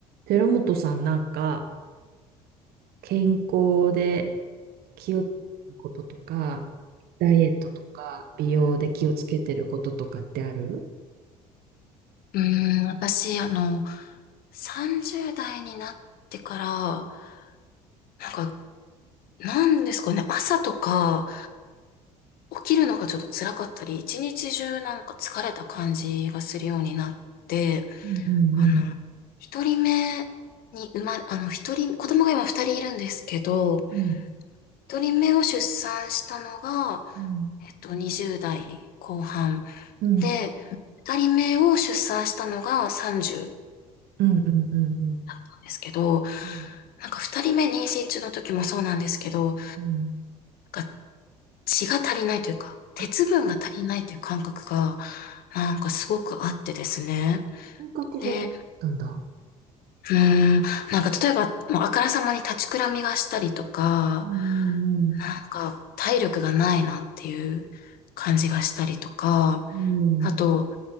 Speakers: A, on the right (about 60°); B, on the left (about 55°).
A: 寺本さんなんか健康で気をつけてることとか、ダイエットとか、美容で気をつけてることとかってある
B: うーん、私、あの、30代になってから、なんか、なんですかね、朝とか、起きるのがちょっと辛かったり、一日中なんか疲れた感じがするようになって、
A: うんうん
B: あの、一人目に生まれ、あの、一人、子供が今二人いるんですけど、
A: うん
B: 一人目を出産したのが、
A: うん
B: えっと、20代後半
A: うん
B: で、二人目を出産したのが30
A: うんうんうんうん。
B: だったんですけど、
A: うん
B: なんか二人目妊娠中の時もそうなんですけど、なん
A: うんうん
B: か血が足りないというか、鉄分が足りないという感覚が、
A: あ
B: なんかすごくあってですね。
A: 感覚があったんだ。
B: で、うーん、なんか例えば、もうあからさまに立ちくらみがしたりとか、
A: うん
B: なんか体力がないなっていう感じがしたりとか、
A: うんうん
B: あと、